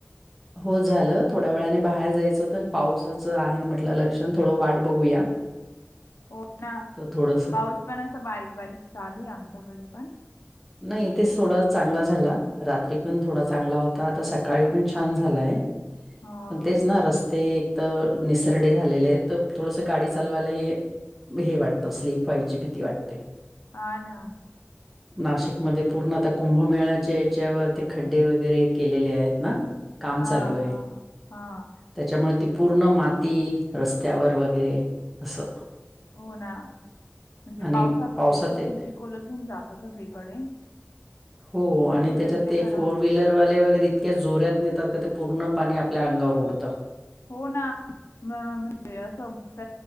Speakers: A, in the centre; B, on the left.
A: हो झालं, थोड्या वेळाने बाहेर जायचं तर पावसाचं आहे म्हटलं लक्षण, थोडं वाट बघूया.
B: हो ना,
A: तर थोडंसं
B: पाऊस पण असं बारीक बारीक चालू आहे आमच्याकडे पण.
A: नाही ते थोडा चांगला झाला. रात्री पण थोडा चांगला होता, आता सकाळी पण छान झालाय.
B: हा
A: पण तेच ना रस्ते एक तर निसरडे झालेले आहेत, तर थोडसं गाडी चालवायला ये हे वाटतं स्लीप व्हायची भीती वाटते.
B: हा ना.
A: नाशिकमध्ये पूर्ण आता कुंभमेळ्याच्या याच्यावर ते खड्डे वगैरे केलेले आहेत ना काम
B: हा
A: चालू आहे,
B: हा हा
A: त्याच्यामुळे ती पूर्ण माती रस्त्यावर वगैरे असं
B: हो ना म्हणजे
A: आणि
B: पावसाचं
A: पावसात
B: ते चिखुल
A: एक
B: चिख् लच होऊन जात सगळीकडे
A: हो आणि त्याच्यात
B: रस्ते
A: ते
B: खराब
A: फोर व्हीलरवाले वगैरे इतक्या जोऱ्यात नेतात का ते पूर्ण पाणी आपल्या अंगावर उडतात.
B: हो ना म म्हणजे या सोबत